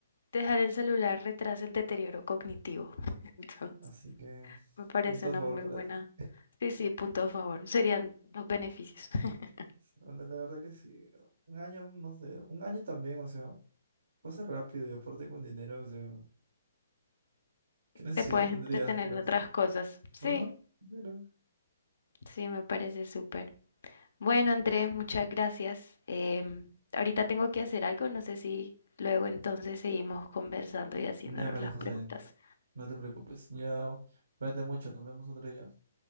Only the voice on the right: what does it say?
Así que,
punto
a favor
para
ti.
Bueno, la verdad que sí. Un año, no sé. Un año también, o sea, pasa rápido y aparte con dinero, o sea, ¿qué necesidad
tendrías,
pues?
Ajá. Pero...
Ya, María
José,
no te preocupes. Ya, cuídate mucho. Nos vemos otro día.